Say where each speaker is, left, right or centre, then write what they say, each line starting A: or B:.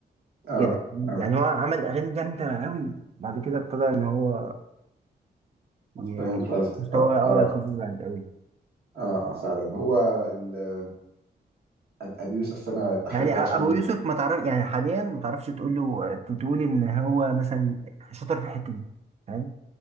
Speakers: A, on the right (about 65°); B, on the right (about 35°).
A: اه
B: كده
A: اه
B: يعني هو عمل اغاني جامده قوي بعد كده ابتدى ان هو ي-
A: فهمت قصدك
B: مستواه
A: اه
B: اه
A: اه
B: ابتدى يبعد قوي
A: اه آه، فعلا هو ال... أب- ابو يوسف انا بحبه
B: يعني أ- ابو
A: عشان
B: يوسف ما تعرف يعني حاليا ما تعرفش تقول له تقول ان هو مثلا شاطر في الحته دي فاهم